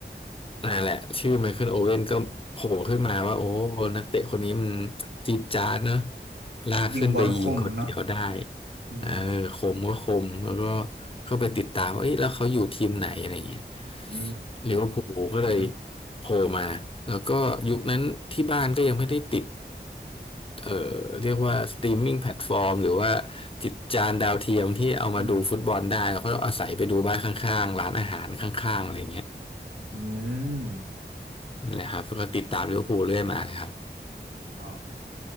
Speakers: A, on the left; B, on the right.
A: นั่นแหละชื่อไมเคิลโอเว่นก็โผล่ขึ้นมาว่าโอ้นักเตะคนนี้มันจี๊ดจ๊าดเนอะลากขึ้นไปยิงคนเดียวได้
B: ยิงบอลคมเนาะอืม
A: เออคมก็คมแล้วก็เข้าไปติดตามว่าเอ้ยแล้วเขาอยู่ทีมไหนอะไรเงี้ย
B: อื
A: ลิเวอร์พูลก็เลย
B: ม
A: โผล่มาแล้วก็ยุคนั้นที่บ้านก็ยังไม่ได้ติดเอ่อเรียกว่าสตรีมมิ่งแพลตฟอร์มหรือว่าจิตจานดาวเทียมที่เอามาดูฟุตบอลได้เราก็อาศัยไปดูบ้านข้างๆร้านอาหารข้างๆอะไรเงี้ย
B: อืมอืม
A: นั่นแหละครับก็ติดตามลิเวอร์พูลเรื่อยมาเลยครับ
B: อ๋อ